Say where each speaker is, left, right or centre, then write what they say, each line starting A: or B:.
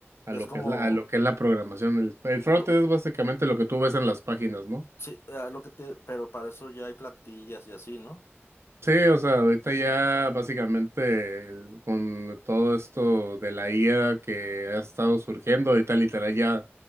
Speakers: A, on the right; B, on the left.
A: a
B: Es
A: lo
B: como,
A: que es la, a lo que es la programación. El, el frontend
B: co-
A: es básicamente lo que tú ves en las páginas, ¿no?
B: sí, eh, lo que te, pero para eso ya hay plantillas y así, ¿no?
A: Sí, o sea, ahorita ya básicamente el- con todo esto de la IA que ha estado surgiendo, ahorita literal ya,